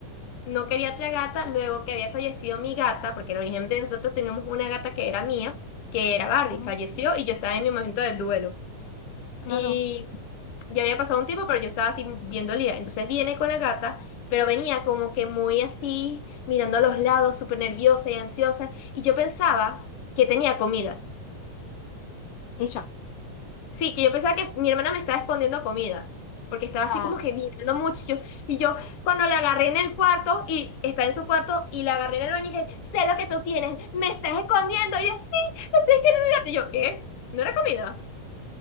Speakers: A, on the left (about 60°); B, on the left (about 75°).
A: no quería otra gata, luego que había fallecido mi gata, porque originalmente nosotros teníamos una gata que era mía, que era Barbie,
B: Ah,
A: falleció y yo estaba en mi momento de duelo.
B: claro.
A: Y ya había pasado un tiempo, pero yo estaba así bien dolida. Entonces viene con la gata, pero venía como que muy así, mirando a los lados, súper nerviosa y ansiosa. Y yo pensaba que tenía comida.
B: Ella.
A: Sí, que yo pensaba que mi hermana me estaba escondiendo comida, porque estaba así
B: Ah,
A: como que mirando mucho. y Yo, y yo, cuando la agarré en el cuarto, y está en su cuarto, y la agarré en el baño y dije, sé lo que tú tienes, me estás escondiendo. Y ella, sí, es que no me digas". Y yo, ¿qué? ¿No era comida?